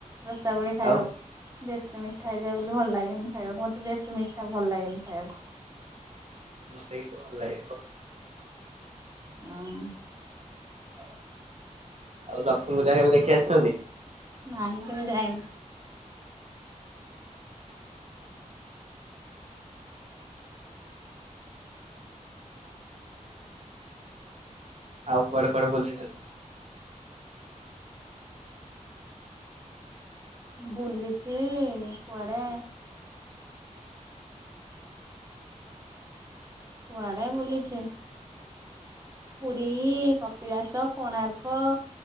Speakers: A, on the right; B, on the right.
A: ରସାବଳି ଖାଇବାକୁ
B: ଆଉ
A: ବେଶୀ ମିଠା। ମିଠା ହେଇଯାଏ ବୋଲି ଭଲ ଲାଗେନି ଖାଇବାକୁ ମତେ ବେଶୀ ମିଠା ଭଲ ଲାଗେନି ଖାଇବାକୁ।
B: ମତେ କିନ୍ତୁ ଭଲ ଭ
A: ହ।
B: ଆଉ ଲକ୍ଷ୍ମୀପୂଜା କେବେ ଦେଖି ଆସିଛନ୍ତି?
A: ନାହିଁ କେବେ ଯାଇନି।
B: ଆଉ କୁଆଡେ କୁଆଡେ ବୁଲିଛନ୍ତି?
A: ବୁଲିଛି କୁଆଡେ କୁଆଡ଼େ ବୁଲିଛି? ପୁରୀ କପିଳାସ କୋଣାର୍କ